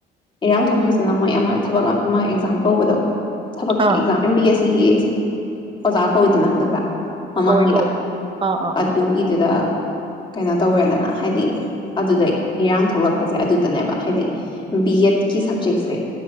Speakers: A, on the left (about 25°); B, on the right (about 25°).
A: ꯏꯔꯥꯡ ꯊꯣꯛꯈꯤꯁꯤꯅ ꯃꯣꯏ ꯑꯃ ꯊꯕꯛ ꯑꯃ ꯑꯦꯛꯖꯥꯝ ꯀꯧꯕꯗꯣ ꯊꯕꯛ
B: ꯑꯥ
A: ꯑꯦꯛꯖꯥꯝ ꯑꯦꯝ ꯄꯤ ꯑꯦꯁ ꯇꯤꯌꯦꯁ ꯑꯣꯖꯥ ꯀꯧꯏꯗꯅ ꯍꯟꯗꯛꯇ ꯃꯃꯥꯡꯒꯤꯗ
B: ꯀꯧꯋꯦ ꯀꯧꯋꯦ ꯑꯥ ꯑꯥ
A: ꯑꯗꯨꯒꯤꯗꯨꯗ
B: ꯑꯥ
A: ꯀꯩꯅꯣ ꯇꯧꯋꯦꯗꯅ ꯍꯥꯏꯗꯤ ꯑꯗꯨꯗ ꯏꯔꯥꯡ ꯊꯣꯛꯂꯛꯄꯁꯦ ꯑꯗꯨꯗꯅꯦꯕ ꯍꯥꯏꯗꯤ ꯕꯤ ꯑꯦꯠꯀꯤ ꯁꯕꯖꯦꯛꯁꯦ